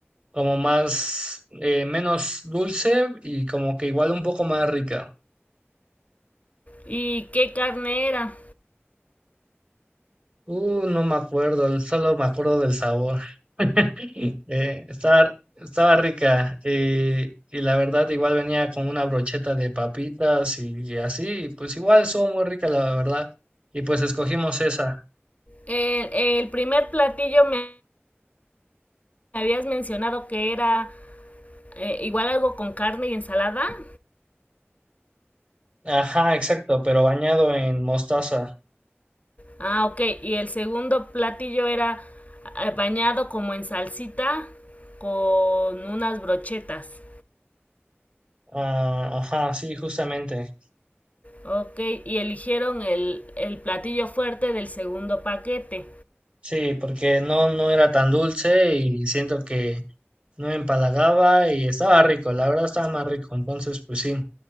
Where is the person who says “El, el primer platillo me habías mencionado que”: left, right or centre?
Left